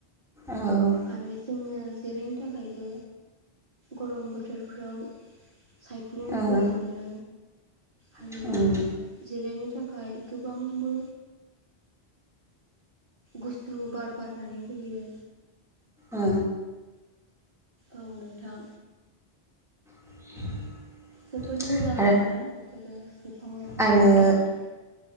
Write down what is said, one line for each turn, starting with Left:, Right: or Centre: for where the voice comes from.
Centre: औ
Right: आरो जोङो जिराय थाखायबो गरम बोथोरफ्राव सायख्लुम
Centre: ओ
Right: फोर मोनो आरो
Centre: ओं
Right: जिरायनो थाख खाय गोबांबो गुसु बार बारनानै होयो।
Centre: ओ
Right: औ नोंथां
Centre: <inaudible>
Right: जोबोद मोजां
Centre: आरो
Right: आरोना बेफोरो बिफां लाइफांफोर
Centre: आरो
Right: थायोब्ला